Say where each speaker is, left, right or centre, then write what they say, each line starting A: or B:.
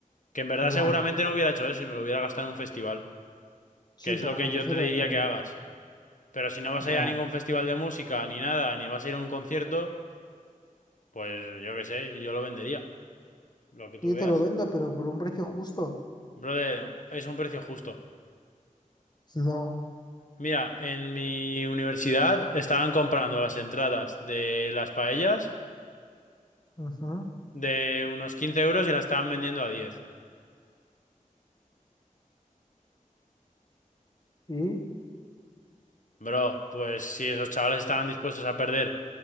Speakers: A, on the left; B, on the left.
A: Que en verdad
B: ya.
A: seguramente no hubiera hecho eso y me lo hubiera gastado en un festival,
B: Sí,
A: que es
B: pero
A: lo que
B: me refiero
A: yo te diría
B: a que
A: que hagas. Pero si no vas
B: ya.
A: a ir a ningún festival de música, ni nada, ni vas a ir a un concierto, pues yo qué sé, yo lo vendería, lo que tú
B: Sí,
A: veas.
B: te lo vendo, pero por un precio justo.
A: Brother, es un precio justo.
B: No.
A: Mira, en mi universidad estaban comprando las entradas de las paellas
B: Ujú.
A: de unos 15 euros y las estaban vendiendo a 10.
B: Sí,
A: Bro, pues si esos chavales estaban dispuestos a perder